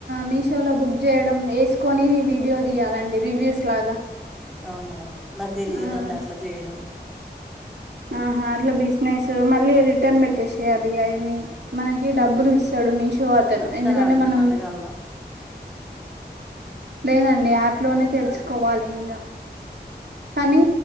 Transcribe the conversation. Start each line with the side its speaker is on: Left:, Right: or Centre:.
Right: మీషో షోలో బుక్ చేయడం వేకని వీడియో తీయాలండి రివ్యూస్ లాగా
Centre: అవునా నాకు తెలియదండి
Right: ఆ
Centre: అట్లా చేయడం
Right: ఆహా అట్లా బిజినెస్ మళ్ళీ రిటర్న్ పెట్టేసేయాలి అయన్ని మనకి డబ్బులు ఇస్తాడు మీషో తను
Centre: చెప్తారా
Right: ఎందుకంటే
Centre: అండి
Right: మనం
Centre: నన్ను అడగలనా?
Right: లేదండి యాప్ లోనే తెలుసుకోవాలి ఇంకా కానీ